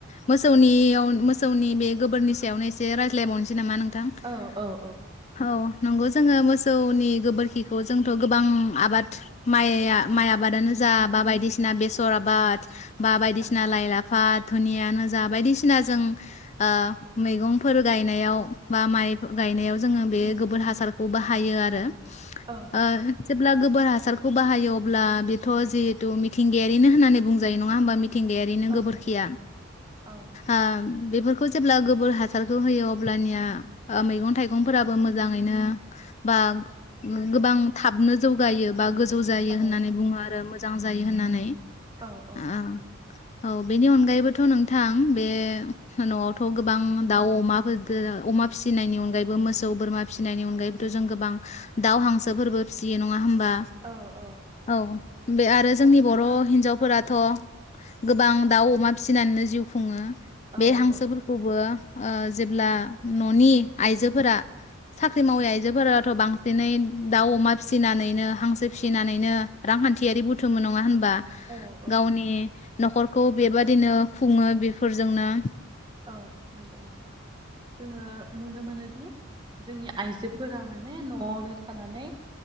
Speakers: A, on the left; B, on the right.
A: मोसौनियाव मोस सौनि बे गोबोरनि सायावनो एसे रायज्लायबावनोसै नामा नों थां
B: औ औ
A: <inaudible>
B: औ
A: औ नंगौ जोङो मोसौनि गोबोरखिखौ जोंथ' गोबां आबाद माइआ माइ आबादानो जा बा बायदिसिना बेसर आबाद बा बायदिसिना
B: औ
A: लाइ लाफाद धुनियानो जा बायदिसिना जों आ मैगंफोर गायनायाव बा माइ गायनायाव जोङो बे गोबोर हासारखौ बाहायो आरो
B: औ
A: आ जेब्ला गोबोर हासारखौ बाहायो अब्ला बेथ' जिहेथु मिथिंगायारिनो होननानै बुंजायो नङा होमबा मि थिंगायारिनो
B: औ
A: गोबोरखिया
B: औ
A: आ बेफोरखौ जेब्ला गोबोर हासारखौ होयो अब्लानिया आ मैगं थाइगंफोराबो मोजाङैनो बा गोबां थाबनो जौगायो बा गो जौ जायो
B: औ
A: होननानै बुङो आरो मो जां जायो होननानै
B: औ
A: <unintelligible> औ बेनि अनगायैबोथ' नोंथां बे न' थ' गोबां दाउ अमाफोरदो अमा फिसिनायनि अनगायैबो मोसौ बोरमा फिसिनायनि अनगायैबोथ' जों गोबां दाउ हांसोफोरबो फिसियो न' ङा होमबा
B: औ औ
A: औ बे आरो जोंनि
B: औ जोंहा
A: बर' हिनजावफोरा
B: औ
A: अ गोबां दाउ अमा फिसिनानैनो जिउ खुङो
B: औ
A: बे हांसो
B: औ
A: फोरखौबो ओ जेब्ला न'नि आइजोफोरा साख्रि मावै
B: औ
A: आइजोफोराथ' बां फिनै दाउ अमा फिसिनानैनो हांसो फिसि नानैनो रांखान्थियारि बुथुमबो नङा होनबा?
B: औ औ
A: गावनि न'खरखौ बेबादिनो खुङो बेफोरजोंनो
B: औ नंगौ नोंथां जोङो नुनो मोनोदि जोंनि आइजोफोरा माने न'आवनो थानानै